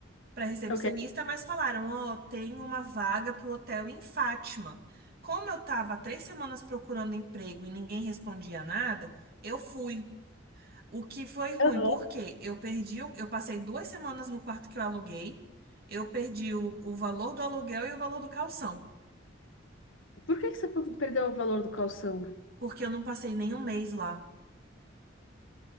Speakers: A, on the right; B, on the left.
A: para recepcionista,
B: ok.
A: mas falaram: Ó, tem uma vaga para o hotel em Fátima. Como eu estava três semanas procurando emprego e ninguém respondia nada, eu fui. O que foi ruim,
B: Aham.
A: porque eu perdi, o- eu passei duas semanas no quarto que eu aluguei, eu perdi o, o valor do aluguel e o valor do calção,
B: Por que que você perdeu o valor do calção?
A: porque eu não passei nenhum mês lá,